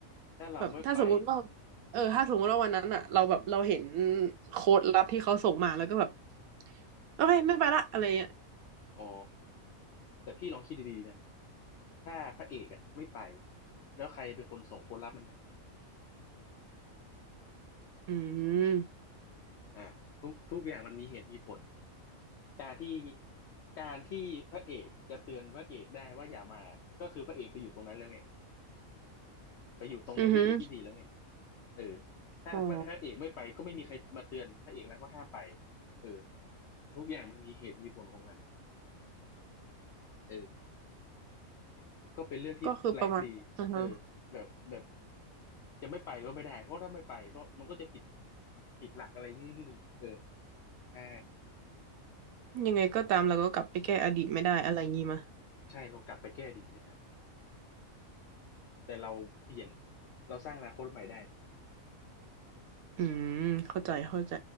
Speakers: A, on the left; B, on the right.
A: ถ้าเราไม่ไป
B: แบบถ้าสมมุติว่าเออถ้าสมมุติว่าวันนั้นอ่ะเราแบบเราเห็นโค้ดลับที่เขาส่งมาแล้วก็แบบโอเคไม่ไปละอะไรเงี้ย
A: อ๋อแต่พี่ลองคิดดีๆนะถ้าพระเอกอ่ะไม่ไปแล้วใครเป็นคนส่งคนรับมันไป
B: อืม
A: อ่าทุกทุกอย่างมันมีเหตุมีผลการที่การที่พระเอกจะเตือนพระเอกได้ว่าอย่ามาก็คือพระเอกไปอยู่ตรงนั้นแล้วไงไปอยู่ตรงในมิติที่สี่แล้วไง
B: อือหือ
A: เออถ้าพระเอกไม่ไปก็ไม่มีใครมาเตือนพระเอกแล้วว่าห้ามไป
B: อ๋อ
A: เออทุกอย่างมันมีเหตุมีผลของมันเออก็เป็นเรื่องที่แปลกดีเออ
B: ก็คือประมาณอือฮะ
A: แบบแบบ จะไม่ไปก็ไม่ได้เพราะถ้าไม่ไปก็มันก็จะผิดผิดหลักอะไรนิดนึงเออใช่
B: ยังไงก็ตามเราก็กลับไปแก้อดีตไม่ได้อะไรงี้มา
A: ใช่เรากลับไปแก้อดีตไม่ได้แต่เราเปลี่ยนเราสร้างอนาคตใหม่ได้
B: อืมเข้าใจเข้าใจ